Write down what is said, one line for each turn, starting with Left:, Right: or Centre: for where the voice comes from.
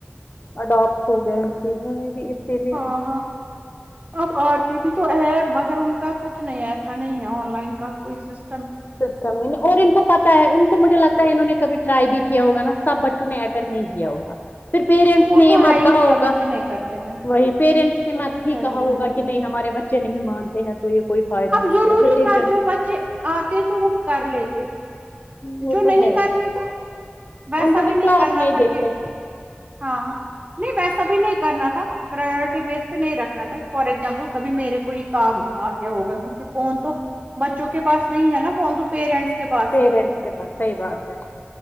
Left: اڈپٹ ہو گیا چز میں بھی اس پ لیے
Right: ہاں ہاں اب آر پی بھی تو ہے مگر ان کا کچھ نہیں ایسا نہیں ہے آن لائن کا کوئی سس
Left: سسٹم اور ان کو پتا ان کو مجھے لگتا ہے انہوں کبھی ٹرائی بھی کیا ہوگ نا سب بچوں نے اٹینڈ نہیں کیا ہوگا پھر پیرنٹس
Right: وہ
Left: نے یہ
Right: تو ہے
Left: مت
Right: ہی
Left: کہا
Right: سب
Left: ہوگا
Right: بچے نہیں کرتے ہیں
Left: وہی پیرنٹس نے
Right: وہ
Left: مت
Right: تو
Left: ہی
Right: ہے
Left: کہا ہوگا
Right: ہاں
Left: کہ نہیں ہمارے بچے چے نہیں مانتے ہیں تو یہ کوئی فائد
Right: اب
Left: نہیں
Right: ضروری
Left: ہوتا پھر ٹیچرز
Right: تھا جو بچے آتے تو وہ کر لیتے
Left: وہ
Right: جو
Left: تو
Right: نہیں
Left: ہے
Right: کر رہ تو
Left: ان
Right: ویسا
Left: کو پھر
Right: بھی نہیں
Left: کلاس
Right: کرنا
Left: میں ہی
Right: تھا
Left: دیکھتے
Right: کہ ہاں نہیں ویسا بھی نہیں کرنا تھا پراورٹی بیس پہ نہیں رکھنا تھا فور ایگزامپل کبھی میرے کوئی کام آ گیا ہوگا کیونکہ فون تو بچوں کے پاس نہیں ہے نا فون تو پیرنٹس کے پاس
Left: پیرنٹس
Right: ہی ہے
Left: کے پاس صحیح بات ہے